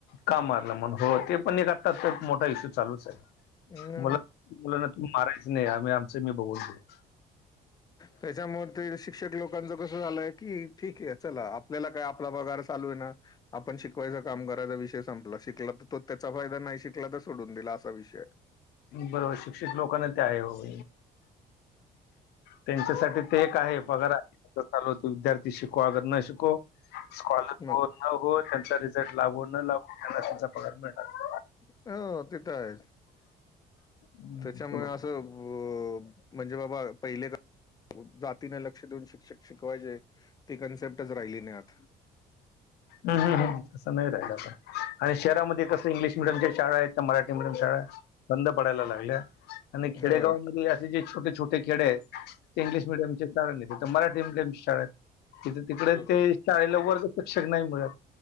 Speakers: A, on the left; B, on the left.
A: कां मारलं म्हंण हो ते पणं एक आंत्ता एक मोठां इश्यूं चालूंच आहे
B: अं,
A: मुलां मुलांना तूम्हीं मारायचं नाहीं आम्हीं आमचं मी बघूंन घेऊं
B: त्यांच्या मुळें शिक्षकं लोकांच कसं झालंय की ठीक आहे चलां आपल्यांला कायं आपलां पगांर चालूं आहे नां आपणं शिकवायचं कामं करांयचा विषय संपला शिकलां तरं तो त्यांचा फायंदा नाहीं शिकलां तरं सोडूंन दिलां असां विषय
A: बरोबर शिक्षक लोकांना काय ओ त्यांच्यासाठी ते काय आहे पगार आहे चालूत विद्यार्थी ते शिकु अगर न शिकु स्कॉलर
B: आहे मग
A: न हो त्यांचा. जर लागू न लागू तर त्याला त्यांचा पगार मिळनार.
B: अ तीत आहेत.
A: हम्म
B: त्याच्यामुळे असं आ म्हणजे बाबा पहिले जातीने लक्ष देऊन शिक्षक शिकवायचे ती कन्सेप्टच राहिली नाही आत.
A: हम हम तसं नाही राहिल आता. आणि शहरामध्ये कसं इंग्लिश मिडियमच्या शाळा आहेत तर मराठी मिडियम शाळा आहे. बंद पडायला लागल्या आणि खेडेगावमध्ये
B: हो.
A: असे जे. छोटेछोटे खेडे ते इंग्लिश मिडियम चचेता नाही मराठी थ तिकडे
B: बरोबर.
A: ते शाळेला वर्ग शिक्षक नाही मिळत.